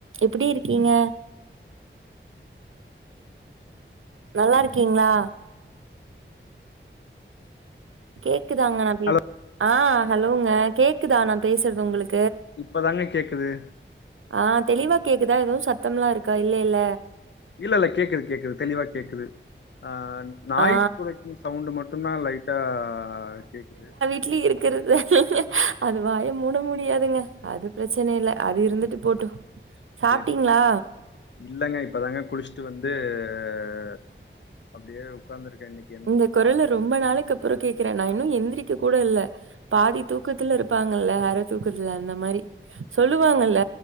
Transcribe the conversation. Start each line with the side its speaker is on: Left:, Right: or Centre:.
Right: எப்டி இருக்கீங்க நல்லா இருக்கீங்ளா கேக்குதாங்க நா பே
Left: ஹலோ
Right: ஆ ஹலோங்க கேக்குதா நா பேசுறது உங்களுக்
Left: இப்பதாங்க கேக்குது
Right: ஆ தெளிவா கேக்குதா எதுவு சத்தம்லா இருக்கா இல்லேல
Left: இல்ல இல்ல கேக்குது கேக்குது தெளிவா கேக்குது ஆ நாய்
Right: ஆ
Left: குறைக்கும் சவுண்டு மட்டுதா லைட்டா கேக்குது
Right: <unintelligible> இருக்கறது தானங்க அது வாய மூட முடியாதுங்க அது பிரச்சன இல்ல அது இருந்துட்டு போட்டு சாப்ட்டீங்களா
Left: செரி செரி இல்லங்க இப்பதாங்க குளிச்சுட்டு வந்து அ அப்டியே உக்காந்துருக்க இன்னைக்
Right: உங்க குரல ரொம்ப நாளைக்கு அப்றோ கேக்குற நா இன்னு எந்திரிக்க கூட இல்ல பாதி தூக்கத்துல இருப் பாங்கல்ல அரை தூக்குதுல அந்த மாரி சொல்லுவாங்கல்ல